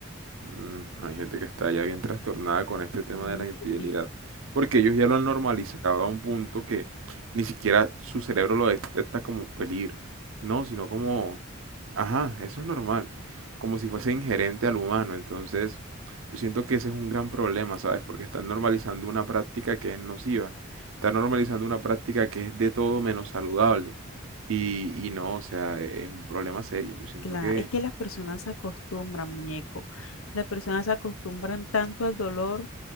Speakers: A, on the right; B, on the left.
A: Mm, hay gente que está ya bien trastornada con este tema
B: Sí.
A: de la infidelidad, porque ellos ya lo han normalizado a un punto que ni siquiera su cerebro lo detecta como peligro, no, sino como, ajá, eso es normal, como si fuese inherente al humano. Entonces, yo siento que ese es un gran problema, ¿sabes? Porque están normalizando una práctica que es nociva, están normalizando una práctica que es de todo menos saludable. Y, y no, o sea, e- es un problema serio. Yo siento
B: claro,
A: que
B: es que las personas se acostumbran, muñeco. Las personas se acostumbran tanto al dolor